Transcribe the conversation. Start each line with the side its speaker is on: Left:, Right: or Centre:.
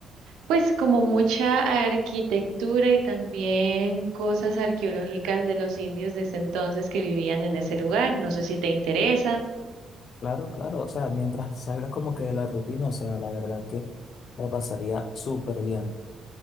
Right: pues como mucha arquitectura y también cosas arqueológicas de los indios desde entonces que vivían en ese lugar. No sé si te interesa.
Left: Claro, claro, o sea, mientras salgas como que de la rutina, o sea, la verdad que la pasaría súper bien,